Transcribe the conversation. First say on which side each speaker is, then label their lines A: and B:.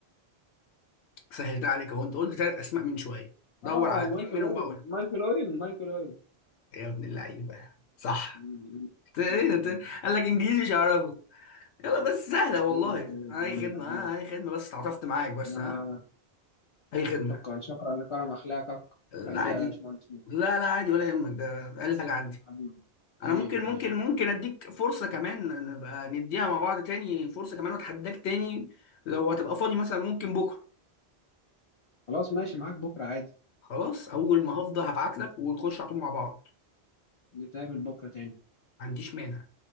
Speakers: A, on the left; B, on the left.
A: سهلت عليك اهو انت قلت ثلاث اسماء من شويه دور
B: اه
A: على اتنين
B: مايكل
A: منهم
B: اوين
A: بقى قول.
B: مايكل اوين مايكل اوين
A: يا ابن اللعيبه صح
B: مم.
A: ت- إيه
B: مم.
A: ده؟ ت- قال لك انجليزي مش هعرفه يلا بس سهلة والله
B: ايوه ايوه
A: أي
B: ايوه
A: خدمة
B: ايوه
A: ها أي خدمة بس تعاطفت معاك بس
B: آه،
A: ها أي خدمة
B: شكرا شكرا لكرم اخلاقك
A: لا
B: عزيز
A: عادي
B: يا باشمهندس
A: لا لا عادي ولا يهمك ده ده أقل حاجة عندي
B: حبيبي
A: أنا
B: حبيبي
A: ممكن
B: حبيبي
A: ممكن ممكن أديك فرصة كمان نبقى نديها مع بعض تاني فرصة كمان وأتحداك تاني لو هتبقى فاضي مثلا ممكن بكرة
B: خلاص ماشي معاك بكره عادي
A: خلاص أول ما هفضى هبعتلك ونخش على طول مع بعض
B: نتقابل بكره تاني
A: ما عنديش مانع